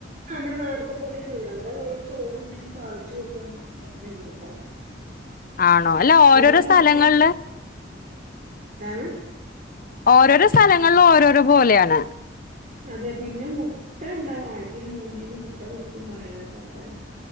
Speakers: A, on the right; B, on the left.
A: നമ്മുടെ നാടുത്തെ പോലൊ ഒന്നുമല്ല. അവിടെ വെറും ചോറ് എന്തെങ്കിലും താളിച്ചു കൊടുക്ക ന അത്രേ ഉള്ളൂ. അപ്പൊ
B: ആണോ? അല്ല ഓരോരോ
A: മുരു മുക്തി
B: സ്ഥലങ്ങളില്
A: <unintelligible> എന്താണ്
B: ഓരോരോ സ്ഥലങ്ങളും ഓരോരോ പോലെയാണ്.
A: അതെ പിന്നെ മുട്ട ഉണ്ടാവും ആഴ്ചൽ മൂന്നു ദിവസം മുട്ട കൊടുക്കും പറയണക്ക അത്രന്നെ